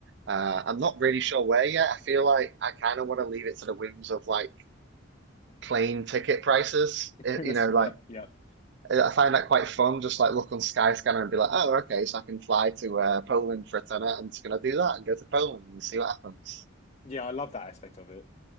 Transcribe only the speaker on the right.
Uh, I'm not really sure where yet. I feel like I kind of want to leave it to the whims of like plane ticket prices.
It-
you know,
like
I find that quite fun. Just like look on Skyscanner and be like, oh, okay, so I can fly to uh, Poland for a tenner. I'm just gonna do that and go to Poland and see what happens.